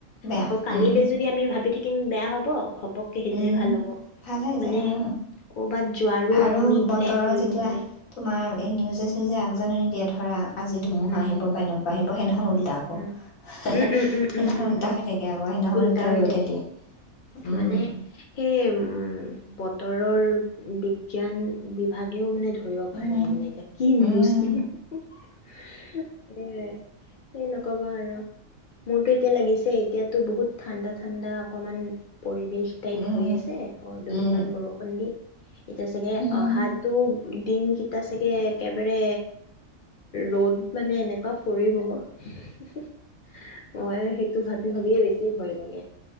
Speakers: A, on the left; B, on the left.
A: বেয়া
B: আকৌ কালিলৈ
A: উম।
B: যদি আমি ভাবি থাকো কিমান বেয়া হ'ব। সবতকে সেইটোয়ে
A: উম,
B: ভাল হ'ব
A: ভাল হৈ
B: মানে
A: যায় উম,
B: কৰ'বাত যোৱাৰো
A: আৰু
B: আপুনি
A: বতৰত
B: প্লেন কৰিব
A: যেতিয়া
B: নোৱাৰে
A: তোমাৰ এই নিউজে চিউজে আগজাননী দিয়া ধৰা। ধৰা। আজি ধুমুহা
B: উম
A: আহিব বা এনেকুৱা আহিব সেইদিনাখন
B: উম
A: উল্টা আকৌ,
B: উম
A: সেইদিনাখন
B: উম উম উম উম উম
A: ওল্টা
B: উম
A: হৈ থাকে আকৌ সেইদিনাখন
B: উল্টা
A: ওল্টাই
B: হৈ
A: ৰ'দহে
B: থাকে
A: দিয়ে। উম,
B: মানে সেই আৰু উম, বতৰৰ বিজ্ঞান বিভাগেও মানে ধৰিব পৰা
A: উম,
B: নাই মানে এতিয়া কি নিউজ
A: উম।
B: দিওঁ এ সেই নকবা আৰু মোৰতো এতিয়া লাগিছে এতিয়াতো বহুত ঠাণ্ডা ঠাণ্ডা অকণমান পৰিৱেশ টাইপ
A: উম, উম,
B: হৈ আছে, অ দুদিনমান
A: উম,
B: বৰষুণ দি এতিয়া চাগে
A: উম,
B: অহাতো দিন কেইটা চাগে একেবাৰে ৰ'দ মানে এনেকুৱা পৰিব। মই সেইটো ভাবি ভাবিয়ে ভয়ে লাগে।